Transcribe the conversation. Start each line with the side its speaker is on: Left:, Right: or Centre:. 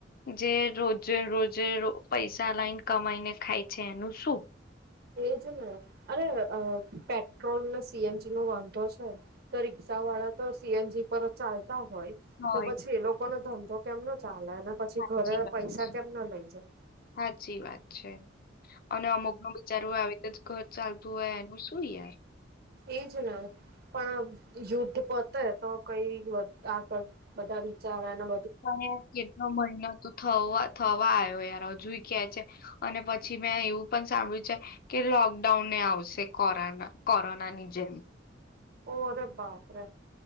Left: જે રોજે રોજે પૈસા લાઇન કમાઈને ખાય છે એનું શું?
Right: એ જ ને અરે અહ પેટ્રોલ ને સી એન જી નો વાંધો છે. તો રિક્ષા વાળા તો સી એન જી પર ચાલ ચાલતા હોય
Left: હોય
Right: તો પછી એ લોકો નો ધંધો તો કેમનો ચા ચાલે અને પછી
Left: સાચી
Right: ઘરે
Left: વાત
Right: પૈસા
Left: છે.
Right: કેમ ના લઈ જાય.
Left: સાચી વાત છે અને અમુકનું બિચારું આવી રીતે જ ઘર ચાલતું હોય એનું શું યાર.
Right: એ જ ને. પણ યુદ્ધ પોતે તો કઈ આગળ બધા વિચાર એના
Left: પણ યાર કેટલો મહિનો તો થવ થવા આવ્યો યાર હજુય કેહ છે અને પછી. પછી મેં એવું પણ સાંભળ્યું છે કે લોકડાઉનને આવશે કોરો કોરોનાની જેમ.
Right: ઓ રે બાપરે